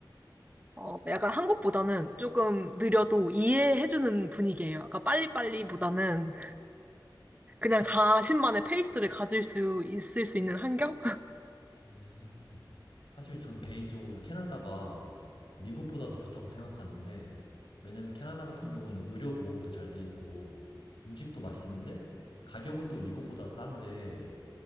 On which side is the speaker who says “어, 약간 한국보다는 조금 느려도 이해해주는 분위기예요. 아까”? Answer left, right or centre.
Right